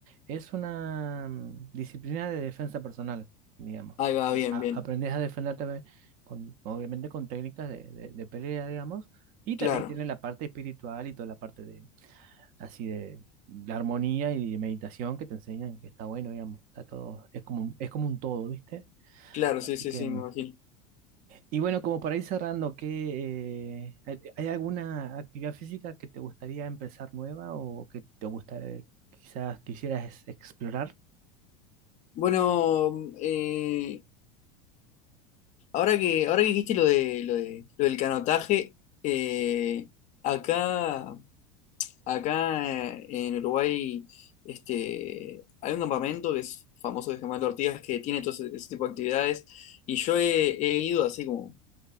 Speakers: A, on the right; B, on the left.
A: es una mm, disciplina de defensa personal, digamos.
B: ahí va
A: O sea,
B: bien,
A: a-
B: bien.
A: aprendes a defenderte ve, con, obviamente con técnicas de, de- de pelea, digamos, y también
B: Claro,
A: tiene la parte espiritual y toda la parte de, así de, de armonía y de meditación que te enseñan, que está bueno, digamos, está todo, es como, un- es como un todo, ¿viste?
B: claro,
A: Así
B: sí, sí,
A: que
B: sí,
A: mm,
B: me imagino.
A: y bueno, como para ir cerrando, ¿qué, eh, hay hay alguna actividad física que te gustaría empezar nueva o que te gusta, quizás quisieras explorar?
B: Bueno, mm, eh, ahora que, ahora que dijiste lo de, lo de, lo del canotaje, eh, acá, acá en Uruguay, este, hay un campamento que es famoso de Germán Ortigas que tiene todo ese, ese tipo de actividades, y yo he, he ido así como